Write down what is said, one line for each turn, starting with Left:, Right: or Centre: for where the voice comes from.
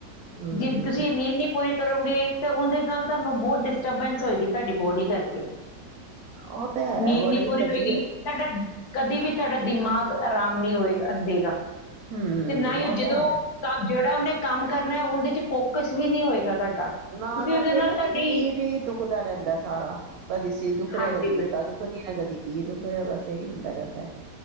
Right: ਹੂੰ
Left: ਜੇ ਤੁਸੀਂ ਨੀਂਦ ਨਹੀਂ ਪੂਰੀ ਕਰੋਗੇ ਤਾਂ ਉਹਦੇ ਨਾਲ ਤੁਹਾਨੂੰ ਬਹੁਤ ਡਿਸਟਰਬੈਂਸ ਹੋਏਗੀ ਤੁਹਾਡੀ ਬੋਡੀ--‌ ਇਸ ਕਰਕੇ
Right: ਉਹ ਤਾਂ ਹੈ
Left: ਨੀਂਦ
Right: ਬੜਾ
Left: ਨੀਂ
Right: ਹੀ
Left: ਪੂਰੀ
Right: ਤਬੀਅਤ
Left: ਹੋਏਗੀ ਸਾਡਾ ਕਦੀ ਵੀ- ਤੁਹਾਡਾ ਦਿਮਾਗ ਆਰਾਮ ਨੀ ਹੋਏਗਾ ਦੇਗਾ-
Right: ਹੂੰ
Left: ਤੇ ਨਾ ਹੀ ਉਹ ਜਦੋਂ
Right: ਤਾਂ ਹੈ
Left: ਕ ਜੋੜ ਉਹਨੇ ਕੰਮ ਕਰਨਾ ਉਹਦੇ ਫੋਕਸ ਵੀ ਨਹੀਂ ਹੋਏਗਾ ਤੁਹਾਡਾ ਕਿਉਂਕਿ
Right: ਨਾ-ਨਾ
Left: ਉਹਦੇ
Right: ਫੇਰ
Left: ਨਾਲ
Right: ਨਾ
Left: ਤੁਹਾਡੀ
Right: ਸਰੀਰ ਹੀ ਦੁੱਖਦਾ ਰਹਿੰਦਾ ਸਾਰਾ ਕਦੀ ਸਿਰ ਦੁੱਖ
Left: ਹਾਂਜੀ
Right: ਰਿਹਾ ਕਦੀ
Left: ਬਿਲ-
Right: ਲੱਤਾ ਦੁੱਖ ਦੀਆਂ ਰਹੀਂ ਹੈ ਕਦੀ ਕੀ ਦੁੱਖ ਰਿਹਾ ਬਸ ਇਹੀ ਹੁੰਦਾ। ਕਰਾਦਾ।